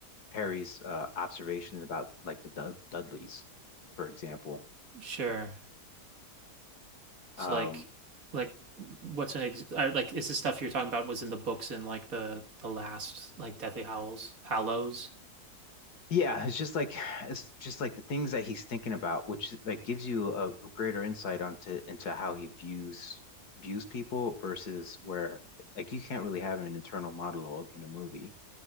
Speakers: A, on the left; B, on the right.
A: Harry's uh observations about like the Dud Dudleys, for example.
B: Sure. So
A: um.
B: like like what's an ex I- like is the stuff you're talking about was in the books in like the the last like Deathly Howls Hallows?
A: Yeah, it's just like it's just like the things that he's thinking about, which like gives you a, a greater insight onto into how he views views people versus where like you can't really have an internal monologue in a movie,